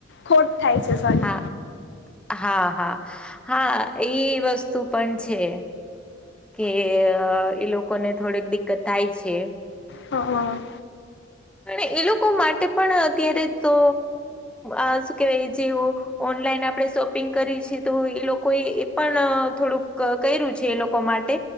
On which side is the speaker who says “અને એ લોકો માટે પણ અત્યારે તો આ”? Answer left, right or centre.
Centre